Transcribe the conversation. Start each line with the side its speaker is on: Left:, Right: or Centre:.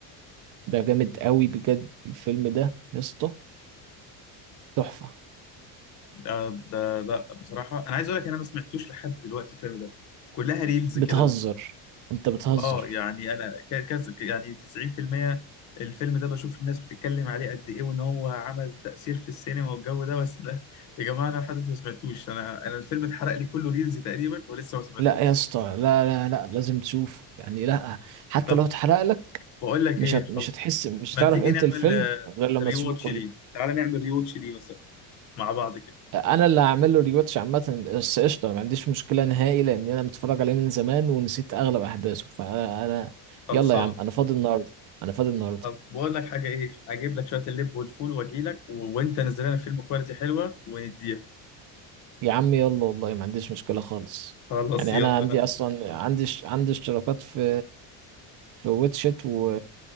Right: ده جامد قوي بجد الفيلم ده يا اسطى تحفة
Left: ده ده لا بصراحه انا عايز اقول لك انا ما سمعتوش لحد دلوقتي الفيلم ده كلها ريلز
Right: بتهزر
Left: كده بس
Right: انت بتهزر
Left: اه يعني انا ك- كذا يعني 90% الفيلم ده بشوف الناس بتتكلم عليه قد ايه وان هو عمل تأثير في السينما والجو ده بس لا يا جماعة انا لحد دلوقتي ما سمعتوش انا انا الفيلم اتحرق لي كله ريلز تقريبا ولسه ما سمعتوش
Right: لا يا اسطى لا لا لا لازم تشوف يعني لا حتى
Left: طب
Right: لو اتحرق لك
Left: بقول لك
Right: مش
Left: ايه
Right: هت...
Left: خلاص
Right: مش هتحس مش
Left: ما
Right: هتعرف
Left: تيجي
Right: قيمة
Left: نعمل
Right: الفيلم غير لما
Left: ري
Right: تشوفه
Left: واتش
Right: كله
Left: ليه تعالى نعمل ري واتش ليه مثلا مع بعض كده
Right: انا اللي هعمل له ريواتش عامه بس قشطه ما عنديش مشكله نهائي لان انا متفرج عليه من زمان ونسيت اغلب احداثه فانا انا
Left: خلصان
Right: يلا يا عم انا فاضي النهارده انا فاضي النهارده
Left: طب بقول لك حاجة ايه اجيب لك شوية اللب والفول واجي لك و... وانت نزل لنا فيلم كواليتي حلوة ونديها
Right: يا عم يلا والله ما عنديش مشكله خالص
Left: خلاص
Right: يعني
Left: يلا
Right: انا عندي
Left: انا
Right: اصلا عندي ش- عندي اشتراكات في في واتشت و...